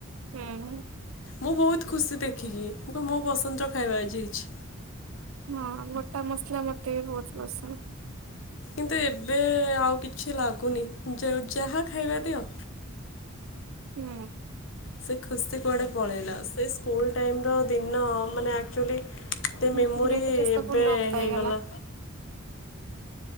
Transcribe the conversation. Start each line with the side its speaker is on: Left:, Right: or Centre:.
Right: ହୁଁ
Left: ମୁଁ ବହୁତ ଖୁସି ଦେ କିଏ? ଆ ମୋ ପସନ୍ଦର ଖାଇବା ଆଜି ହେଇଚି।
Right: ହଁ ଗୋଟା ମସଲା ମତେ ବହୁତ୍ ପସନ୍ଦ।
Left: କିନ୍ତୁ ଏବେ ଆଉ କିଛି ଲାଗୁନି ଯା ଯାହା ଖାଇବା ଦିଅ।
Right: ହୁଁ।
Left: ସେ ଖୁସି କୁଆଡ଼େ ପଳେଇଲା ସେ ସ୍କୁଲ ଟାଇମ ର ଦିନ ମାନେ ଆକ୍ଚୁଆଲି। ତ ମେମୋରି
Right: ଧୀରେ ଧୀରେ ସବୁ
Left: ଏବେ
Right: ଲୋପ ପାଇଗଲା।
Left: ହେଇଗଲା।